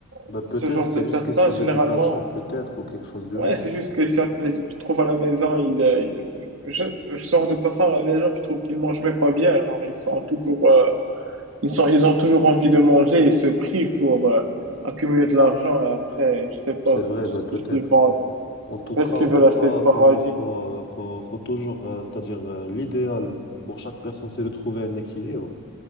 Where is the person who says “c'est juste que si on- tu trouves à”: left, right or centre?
Right